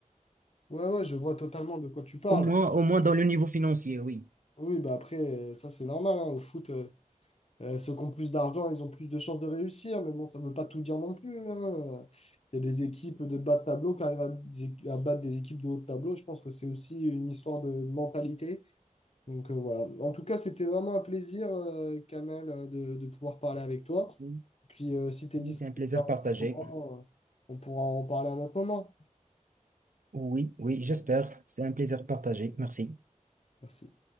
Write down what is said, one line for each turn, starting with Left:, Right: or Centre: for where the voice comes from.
Left: Ouais, ouais, je vois totalement de quoi tu parles.
Right: au moins, au moins dans le niveau financier, oui.
Left: Oui, bah après, euh, ça c'est normal. hein, au foot, euh, euh, ceux qui ont plus d'argent, ils ont plus de chances de réussir. Mais bon, ça ne veut pas tout dire non plus. hein. Il y a des équipes de bas de tableau qui arrivent à, à battre des équipes de haut de tableau. Je pense que c'est aussi une histoire de mentalité Donc euh, voilà. En tout cas, c'était vraiment un plaisir, euh, Kamel, euh, de, de pouvoir parler avec toi.
Right: Oui,
Left: Puis euh, si tu es
Right: Oui,
Left: disponible
Right: c'est un plaisir
Left: à un
Right: partagé.
Left: autre moment, euh, on pourra en parler à un autre moment.
Right: Oui, oui, j'espère. C'est un plaisir partagé. Merci.
Left: Merci.